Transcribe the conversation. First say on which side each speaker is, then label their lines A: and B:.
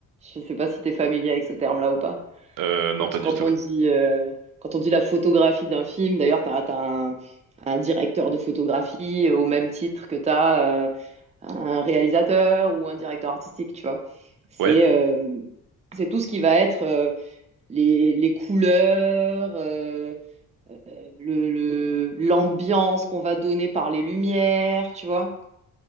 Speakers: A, on the right; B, on the right.
A: Je sais pas si tu es familier avec ce terme-là ou pas.
B: euh,
A: Quand,
B: non, pas du
A: quand
B: tout.
A: on dit, euh, quand on dit la photographie d'un film, d'ailleurs, tu as, un, un directeur de photographie euh, au même titre que tu as un réalisateur ou un directeur artistique, tu vois. C'est
B: Ouais,
A: euh, c'est tout ce qui va être euh, les, les couleurs, euh, le, le- l'ambiance qu'on va donner par les lumières, tu vois.